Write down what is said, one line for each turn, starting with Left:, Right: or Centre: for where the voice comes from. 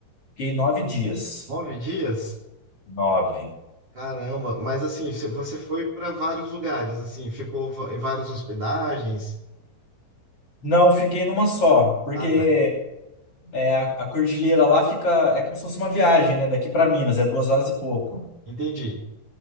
Left: Fiquei nove dias.
Right: Nove dias?
Left: Nove.
Right: Caramba, mas assim, você você foi para vários lugares, assim, ficou va- em várias hospedagens?
Left: Não, fiquei numa só, porque
Right: Ah, tá,
Left: é, a, a cordilheira lá fica. É como se fosse uma viagem, né? Daqui para Minas, é duas horas e pouco.
Right: entendi.